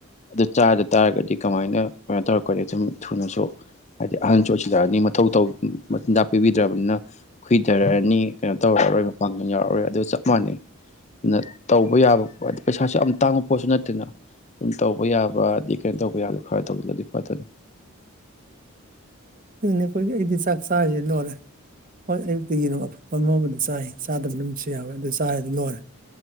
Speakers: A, on the left; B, on the right.
A: ꯑꯗꯨ ꯆꯥꯗ ꯇꯥꯔꯒꯗꯤ ꯀꯃꯥꯏꯅ ꯀꯩꯅꯣ ꯇꯧꯔꯛꯀꯅꯤꯨꯝ ꯊꯨꯅꯁꯨ ꯍꯥꯏꯗꯤ ꯑꯍꯟꯁꯨ ꯑꯣꯏꯁꯤꯜꯂꯛꯑꯅꯤ ꯃꯊꯧ ꯆꯤꯟꯖꯥꯛ ꯄꯤꯕꯤꯗ꯭ꯔꯕꯅꯤꯅ ꯈꯨꯏꯊꯔꯛꯑꯅꯤ ꯀꯩꯅꯣ ꯇꯧꯔꯛꯑꯔꯣꯏ ꯃꯄꯥꯟꯒ ꯌꯥꯎꯔꯛꯑꯔꯣꯏ ꯑꯗꯨ ꯆꯞ ꯃꯥꯟꯅꯩ ꯑꯗꯨꯅ ꯇꯧꯕ ꯌꯥꯕ ꯄ ꯍꯥꯏꯗꯤ ꯄꯩꯁꯥꯁꯨ ꯌꯥꯝ ꯇꯥꯡꯕ ꯄꯣꯠꯁꯨ ꯅꯠꯇꯦꯅ ꯑꯗꯨꯝ ꯇꯧꯕ ꯌꯥꯕ ꯑꯩ ꯀꯩꯅꯣ ꯇꯧꯕ ꯌꯥꯕ ꯈꯔ ꯇꯧꯗꯨꯅꯗꯤ ꯐꯗꯅꯤ
B: ꯑꯗꯨꯅꯦ ꯑꯩꯈꯣꯏꯒꯤ ꯑꯩꯗꯤ ꯆꯥꯛ ꯆꯥꯔꯤꯁꯤꯦ ꯂꯣꯏꯔꯦ ꯍꯣꯏ ꯑꯌꯨꯛꯇ ꯌꯦꯅꯨ ꯑꯐꯨꯄ ꯑꯃꯥꯎꯕꯨꯗꯤ ꯆꯥꯏ ꯆꯥꯗꯕ ꯑꯗꯨꯝꯁꯨ ꯌꯥꯎꯋꯦ ꯑꯗꯨ ꯆꯥꯏꯗ ꯂꯣꯏꯔꯦ